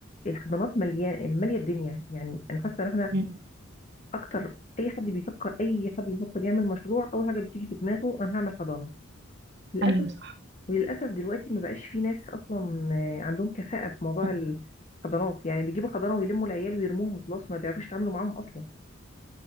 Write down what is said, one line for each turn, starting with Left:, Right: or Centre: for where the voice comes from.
Left: الحضانات مليانه ماليه الدنيا يعني انا حاسه ان احنا
Right: م-
Left: اكتر اي حد بيفكر اي حد بيفكر يعمل مشروع اول حاجه بتيجي في دماغه انا هعمل حضانه للاسف
Right: ايوه صح
Left: وللاسف دلوقتي ما بقاش في ناس اصلا آه، عندهم كفاءه في موضوع
Right: طب
Left: الحضانات يعني بيجيبوا حضانه ويلموا العيال ويرموهم وخلاص ما بيعرفوش يتعاملوا معاهم اصلا